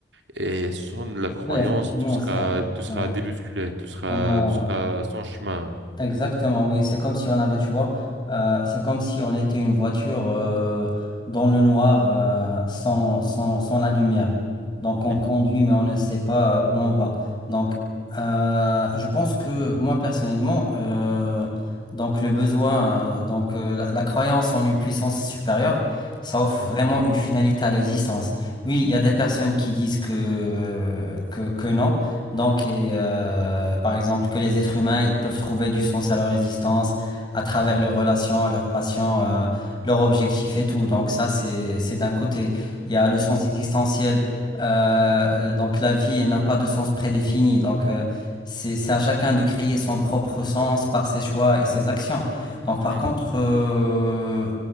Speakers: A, on the right; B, on the left.
A: et sans la croyance,
B: Oui, effectivement,
A: tu seras,
B: ça.
A: tu seras
B: Ouais.
A: débusculé, tu seras,
B: On a.
A: tu seras sans chemin.
B: Exactement, oui. C'est comme si on avait, tu vois, euh, c'est comme si on était une voiture euh, dans le noir euh, sans, sans, sans la lumière. Donc on
A: Mhm,
B: conduit, mais on ne sait pas euh, où on va. Donc euh, je pense que moi personnellement, euh, donc le besoin, euh, donc euh, la, la croyance en une puissance supérieure, ça offre
A: mhm,
B: vraiment une finalité à l'existence. Oui, il y a des
A: mhm,
B: personnes qui disent que, euh, que, que non. Donc, et, euh, par exemple, que les êtres humains, ils peuvent trouver du sens à leur existence à travers
A: mhm,
B: leurs relations, leurs passions, euh, leurs objectifs et tout. Donc ça, c'est c'est d'un côté. Il y a le sens
A: mhm,
B: existentiel. Euh, euh, donc la vie, elle n'a pas de sens prédéfini. Donc euh, c'est c'est à chacun de créer son propre sens par ses choix et ses actions. Donc par
A: mhm,
B: contre, euh,